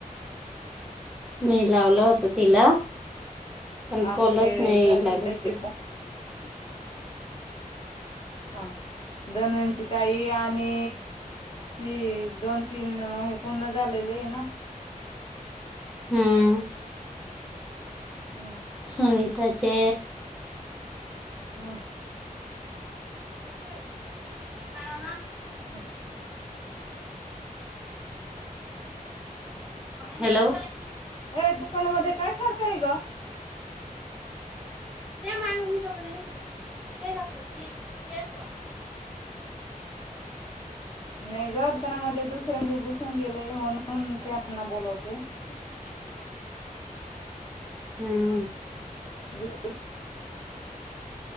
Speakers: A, in the centre; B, on the left (about 40°).
A: मी लावलं होत तिला पण
B: अजून
A: काॅलच
B: ते
A: नाही
B: दंती
A: लगत
B: ताईचे
A: <unintelligible>
B: हा धविंतीिताई आणि ही दोन तीन पूर्ण झालेले आहे ना
A: हम्म
B: हम्म
A: सुनीताचे
B: हम
A: हो कारण
B: अ
A: हॅलो
B: हे दुकानामध्ये काय करताय ग
A: या मामी मी करते या
B: नाही दुकाणामध्ये दुसरे घुसून गेले म्हणून त्यांना बोलवते
A: ह हम्म
B: दस